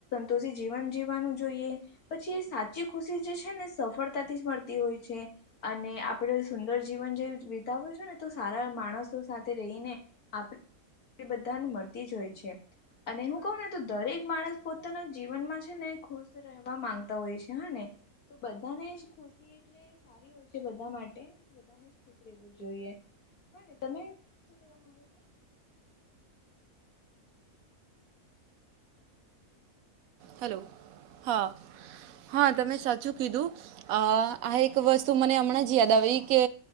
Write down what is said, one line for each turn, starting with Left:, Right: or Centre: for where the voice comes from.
Left: તોછી જીવન જીવવાનું જોઈએ. પછી એ સાચી ખુશી જે છે ને સફળતાથી જ મળતી હોય છે. અને આપડે સુંદર જીવન જેવું વિતાઉ છે ને સારા માણસો સાથે રહીને આપ બધાને મળતી જ હોય છે અને હું કહું ને તો દરેક માણસ પોતાના જીવનમાં છે ને ખુશ રહેવા માંગતા હોય છે હા ને તો બધાને જ ખુશી એટલે એ સારી હોય છે બધા માટે. ુ <unintelligible> રહેવું જોઈએ હને તમે શુંવા માંગો છો
Right: હેલો હા હા તમે સાચું કીધું. અ આ એક વસ્તુ મને હમણાં જ યાદ આવી કે